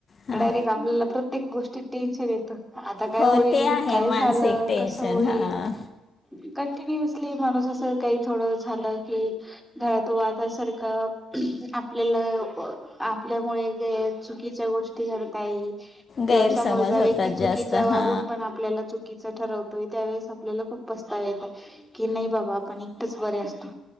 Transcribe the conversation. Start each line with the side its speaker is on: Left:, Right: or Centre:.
Left: हां
Centre: डायरेक्ट आपल्याला प्रत्येक गोष्टीत टेन्शन येतं. आता काय
Left: हो
Centre: होईल,
Left: ते आहे
Centre: काय
Left: मानसिक
Centre: झालं
Left: टेन्शन
Centre: कस होईल?
Left: हा
Centre: कंटिन्युअसली माणूस असं काही थोडं झालं की, घरात वादसारखं आपल्याला आपल्यामुळे चुकीच्या गोष्टी घडता येत. किंवा
Left: गैरसमज
Centre: समोरचा
Left: होतात
Centre: व्यक्ती चुकीचा
Left: जास्त
Centre: वागून
Left: हा
Centre: पण आपल्याला चुकीच ठरवतोय त्यावेळे आपल्याला खूप पस्ताव येतो, की नाही बाबा आपण एकटंच बरे असतो.